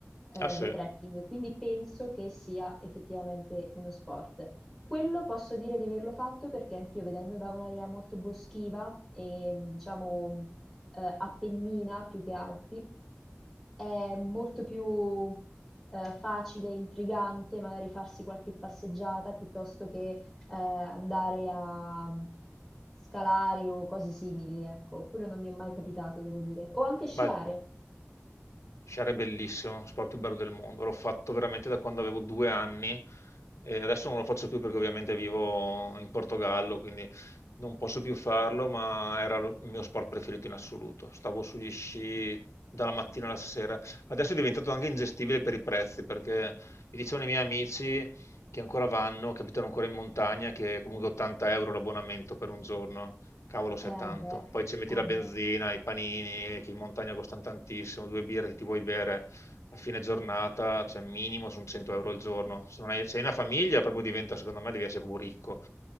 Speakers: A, in the centre; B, on the left (about 80°).
A: da
B: Ah sì,
A: trekking, quindi penso che sia effettivamente uno sport. Quello posso dire di averlo fatto perché anch'io vedendo da un'area molto boschiva e diciamo eh, Appennina più che Alpi, è molto più eh, facile e intrigante magari farsi qualche passeggiata piuttosto che eh, andare a scalare o cose simili, ecco, quello non mi è mai capitato, devo dire. O anche sciare.
B: ma Sciare è bellissimo, sport più bello del mondo. L'ho fatto veramente da quando avevo due anni e adesso non lo faccio più perché ovviamente vivo in Portogallo, quindi non posso più farlo, ma era lo- il mio sport preferito in assoluto. Stavo sugli sci dalla mattina alla sera. Adesso è diventato anche ingestibile per i prezzi perché mi dicevano i miei amici che ancora vanno, che abitano ancora in montagna, che comunque 80 euro l'abbonamento per un giorno. Cavolo, se è
A: Eh
B: tanto.
A: beh,
B: Poi ci metti
A: eh
B: la benzina,
A: beh.
B: i panini, che in montagna costano tantissimo, due birre che ti vuoi bere a fine giornata, cioè minimo sono 100 euro al giorno. Se non hai, se hai una famiglia, proprio diventa, secondo me, devi essere proprio ricco.